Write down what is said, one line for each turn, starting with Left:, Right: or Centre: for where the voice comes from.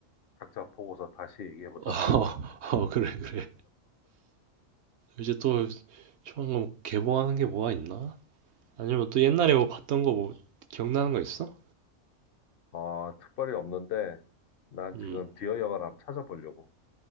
Left: 각자 보고서 다시 얘기해보자.
Right: <laughs> 어, 그래, 그래. 이제 또 조만간 개봉하는 게 뭐가 있나? 아니면 또 옛날에 뭐 봤던 거 뭐 기억나는 거 있어?
Left: 어, 특별히 없는데, 난
Right: 음,
Left: 지금 디어 영화를 한번 찾아보려고.